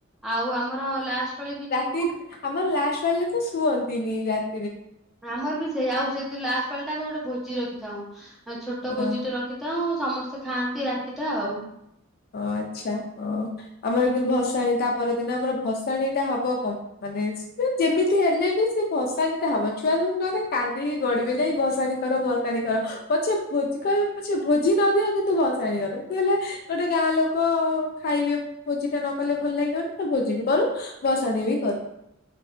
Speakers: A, in the centre; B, on the left.
A: ଆଉ ଆମର ଲାଷ୍ଟ ପାଳି ବି ଯି
B: ଦିକ୍ ଆମ ଲା ଲାଷ୍ଟ ପାଳିରେ ତ ଶୁଅନ୍ତିନି ରାତ
A: ଆମର ବି ସେଇଆ ଆଉ ସେଇ ଯୋଉ ଲାଷ୍ଟ ପାଳି ଟା ଆମେ ଗୋଟେ ଭୋଜି ରଖିଥାଉ ଛୋଟ
B: ଅ
A: ଭୋଜି ଟେ ରଖିଥାଉ ସମସ୍ତେ ଖାଆନ୍ତି। ରାତିଟା ଆଉ ।
B: ଓ ଆଚ୍ଛା ଓ ଆମର କିନ୍ତୁ ଭସାଣି ତା ପରଦିନ ଆମର ଭସାଣି ଟା ହବ କ ମାନେ ଯେମିତି ହେଲେ ବି ସେ ଭସାଣି ଟା ହବ ଛୁଆ ନ ହେଲେ କାନ୍ଦିକି ଗଡିବେ ନାଇଁ ଭସାଣି କର ଭସାଣି କର ପଛେ ଭୋଜି କର ପଛେ ଭୋଜି ନଦିଅ କିନ୍ତୁ ଭସାଣି କର ହେଲେ ଗୋଟେ ଗାଁ ଲୋକ ଖାଇବେ ଭୋଜି ଟା ନ କଲେ ଭଲ ଲାଗିବନି ତ ଭୋଜି ବି କରୁ ଭସାଣି ବି କରୁ।